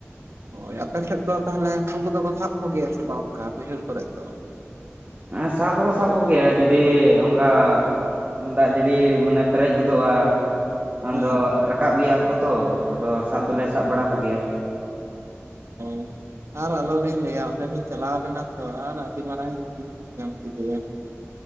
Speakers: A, on the right; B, on the right.
A: ᱦᱳᱭ ᱟᱯᱮ ᱥᱮᱫ ᱫᱚ ᱛᱟᱦᱚᱞᱮ ᱦᱟᱹᱠᱩ ᱠᱚᱫᱚ ᱠᱚ ᱥᱟᱵ ᱠᱚ ᱜᱮᱭᱟ ᱥᱮ ᱵᱟᱝ ᱚᱱᱠᱟ ᱵᱟᱹᱭᱦᱟᱹᱲ ᱠᱚᱨᱮ ᱫᱚ᱾
B: ᱮᱸᱻ ᱥᱟᱵ ᱫᱚᱠᱚ ᱥᱟᱵ ᱠᱚ ᱜᱮᱭᱟ ᱡᱩᱫᱤ ᱚᱱᱠᱟ ᱫᱟᱜ ᱡᱟᱹᱲᱤ ᱢᱟᱱᱮ ᱯᱮᱨᱮᱡ ᱜᱚᱫᱚᱜᱼᱟ᱾ ᱟᱫᱚ
A: ᱦᱮᱸ
B: ᱨᱟᱠᱟᱵ ᱜᱮᱭᱟ ᱠᱚ ᱛᱚ, ᱟᱫᱚ ᱥᱟᱵ ᱫᱚᱞᱮ ᱥᱟᱵ ᱵᱟᱲᱟ ᱠᱚᱜᱮᱭᱟ᱾
A: ᱚ ᱟᱨ ᱟᱞᱚᱵᱤᱱ ᱞᱟᱹᱭᱟ, ᱚᱸᱰᱮ ᱞᱤᱧ ᱪᱟᱞᱟᱣ ᱞᱮᱱᱟ ᱛᱚ ᱟᱨ ᱟᱹᱰᱤ ᱢᱟᱨᱟᱝ ᱵᱤᱧ ᱧᱟᱢ ᱠᱮᱫᱮᱭᱟ,